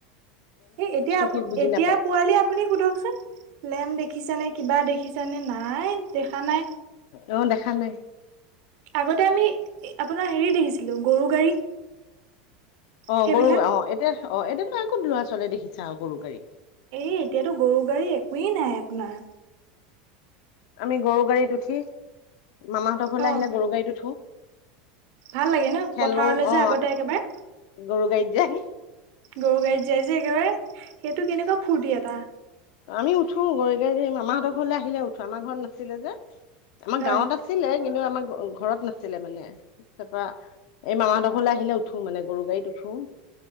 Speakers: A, on the right; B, on the left.
A: এ এতিয়া
B: সি বুজি
A: এতিয়া
B: নাপায়
A: পোৱালি আপুনি সোধকচোন লেম্প দেখিছানে কিবা দেখিছানে নাই দেখা নাই
B: অ দেখা নাই
A: আগতে আমি আপোনাৰ হেৰি দেখিছিলো গৰু গাড়ী
B: অ
A: সেইবিলাক
B: গৰু অ এতিয়া অ এতিয়ানো আ কত ল'ৰা ছোৱালীয়ে দেখিছে আৱ গৰু গাড়ী
A: এই এতিয়াতো গৰু গাড়ী একোৱেই নাই আপোনাৰ
B: আমি গৰু গাড়ীত উঠি মামাহঁতৰ ঘৰলৈ
A: অ
B: আহিলে গৰু গাড়ীত উঠো
A: ভাল লাগে ন
B: খেলো
A: পথাৰলৈ
B: অ
A: যে আগতে একেবাৰে
B: গৰু গাড়ীত যায়
A: গৰু গাড়ীত যাই যে একেবাৰে সেইটো কেনেকোৱা ফূুৰ্তি এটা
B: আমি উঠো গৰু গাড়ী মামাহঁতৰ ঘৰলৈ আহিলে উঠো আমাৰ ঘৰত নাছিলে যে আমাৰ
A: হয়
B: গাঁৱত আছিলে কিন্তু আমাৰ ঘৰত নাছিলে মানে তা পা এই মামাহঁতৰ ঘৰলৈ আহিলে উঠো মানে গৰু গাড়ীত উঠো